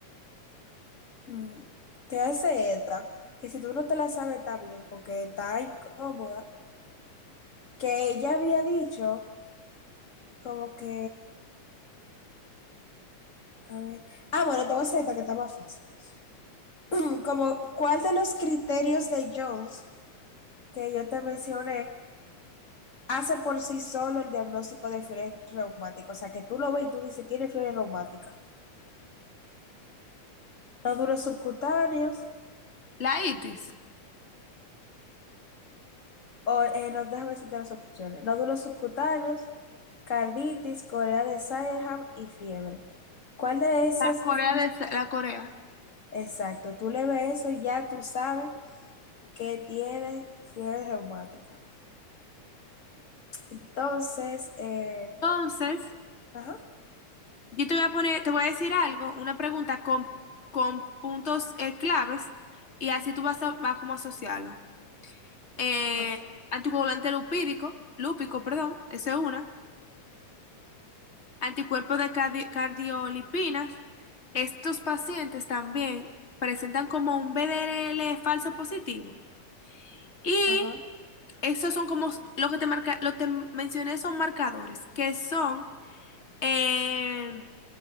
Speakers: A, on the left; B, on the left.
A: Mm, Te hace esta, que si tú no te la sabes está bien, porque está incómoda, que ella había dicho Como que, a ver. Ah, bueno, te voy a hacer esta que está más fácil. <laughs> <clears throat> Como, ¿cuál de los criterios de Jones que yo te mencioné hace por sí solo el diagnóstico de fiebre reumática? O sea, que tú lo ves y tú dices, tiene fiebre reumática. Nódulos subcutáneos,
B: La itis,
A: o eh, no, déjame decirte las opciones. Nódulos subcutáneos, carditis, corea de Sydenham y fiebre. ¿Cuál de esas
B: la Corea
A: tú... dices?
B: de la Corea.
A: Exacto, tú le ves eso y ya tú sabes que tiene fiebre reumática. Entonces, eh,
B: Entonces,
A: ajá,
B: yo te voy a poner, te voy a decir algo, una pregunta con, con puntos eh, claves y así tú vas a, vas como a asociarlo. Eh,
A: ok,
B: anticoagulante lupídico, lúpico, perdón, esa es una. anticuerpos de cardi- cardiolipinas. Estos pacientes también presentan como un BDRL falso positivo. Y
A: ajá,
B: esos son como s- lo que te marca, lo te mencioné son marcadores que son eh,